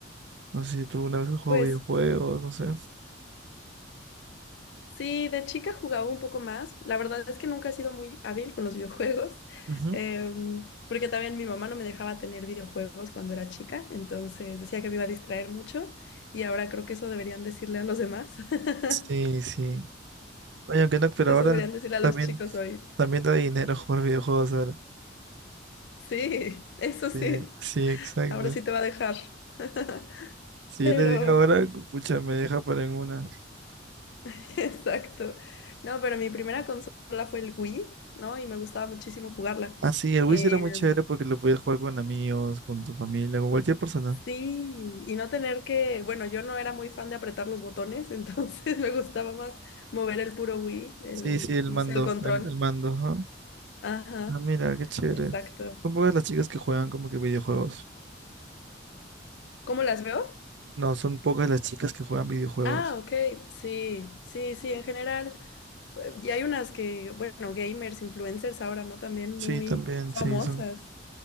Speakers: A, on the right; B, on the left.
A: no sé si tú alguna vez has jugado
B: Pues
A: videojuegos, no sé.
B: sí, de chica jugaba un poco más. La verdad es que nunca he sido muy hábil con los <laughs> videojuegos,
A: Ujú.
B: em, porque también mi mamá no me dejaba tener videojuegos cuando era chica, entonces decía que me iba a distraer mucho y ahora creo que eso deberían decirle a los demás. <laughs>
A: Sí, sí. Oye, aunque no, pero
B: Eso
A: ahora
B: deberían decirle a los
A: también,
B: chicos hoy.
A: también da dinero jugar videojuegos ahora.
B: Sí, eso sí.
A: Sí, sí, exacto.
B: Ahora sí te va a dejar. <laughs>
A: Si
B: Pero,
A: yo le digo ahora, pucha, me deja para en una.
B: <laughs> exacto. No, pero mi primera consola fue el Wii, ¿no? Y me gustaba muchísimo jugarla.
A: Ah, sí, el Wiz
B: Eh,
A: era muy chévere porque lo podías jugar con amigos, con tu familia, con cualquier persona.
B: sí, y no tener que, bueno, yo no era muy fan de apretar los botones, <laughs> entonces me gustaba más mover el puro Wii, el,
A: Sí, sí, el
B: no
A: mando,
B: sé, el control.
A: el, el mando, ajá.
B: Ajá,
A: Ah, mira, qué chévere.
B: exacto.
A: Son pocas las chicas que juegan como que videojuegos.
B: ¿Cómo las veo?
A: No, son pocas las chicas que juegan videojuegos.
B: Ah, ok, sí, sí, sí, en general. eh, Y hay unas que, bueno, gamers, influencers ahora, ¿no? También
A: Sí,
B: muy
A: también,
B: famosas.
A: sí, son.